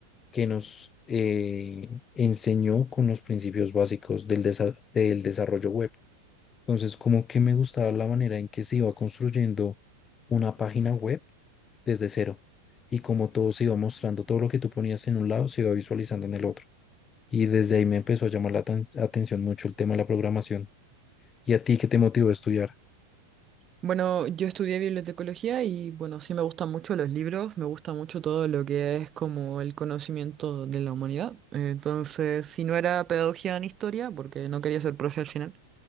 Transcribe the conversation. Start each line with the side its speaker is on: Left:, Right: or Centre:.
Left: que nos eh, enseñó con los principios básicos del, desa- del desarrollo web. Entonces, como que me gustaba la manera en que se iba construyendo una página web desde cero y como todo se iba mostrando, todo lo que tú ponías en un lado se iba visualizando en el otro. Y desde ahí me empezó a llamar la aten- atención mucho el tema de la programación. ¿Y a ti qué te motivó a estudiar?
Right: Bueno, yo estudié bibliotecología y bueno, sí me gustan mucho los libros, me gusta mucho todo lo que es como el conocimiento de la humanidad. Eh, Entonces, si no era pedagogía en historia, porque no quería ser profe al final,